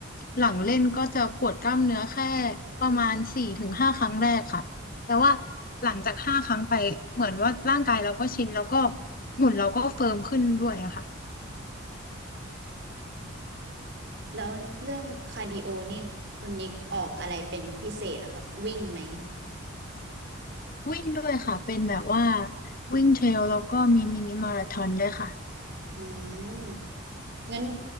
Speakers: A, on the left (about 40°); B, on the right (about 55°).
A: หลังเล่นก็จะปวดกล้ามเนื้อแค่ประมาณสี่ถึงห้าครั้งแรกค่ะแต่ว่าหลังจากห้าครั้งไปเหมือนว่าร่างกายเราก็ชินแล้วก็หุ่นเราก็เฟิร์มขึ้นด้วยอะค่ะ
B: แล้วเรื่องคาร์ดิโอนี่คุณนิกออกอะไรเป็นพิเศษเหรอครับวิ่งไหม
A: วิ่งด้วยค่ะเป็นแบบว่าวิ่งเทรลแล้วก็มีมินิมาราธอนด้วยค่ะ
B: อืม งั้น